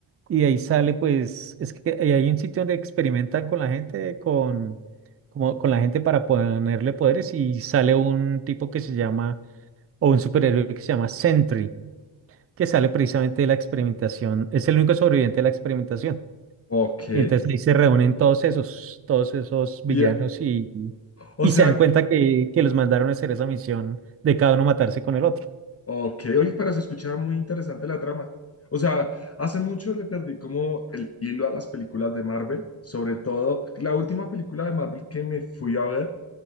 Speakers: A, on the right (about 30°); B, on the left (about 30°).
A: Y de ahí sale, pues, es que ahí hay un sitio donde experimentan con la gente, con, como, con la gente para ponerle poderes y sale un tipo que se llama, o un superhéroe que se llama Sentry, que sale precisamente de la experimentación, es el único sobreviviente de la experimentación.
B: ok.
A: Y entonces ahí se reúnen todos esos, todos esos villanos
B: Y, eh,
A: y,
B: o
A: y
B: sea,
A: se dan cuenta que, que los mandaron a hacer esa misión de cada uno matarse con el otro.
B: Ok, oye, pero se escuchaba muy interesante la trama. O sea, hace mucho le perdí como el hilo a las películas de Marvel, sobre todo la última película de Marvel que me fui a ver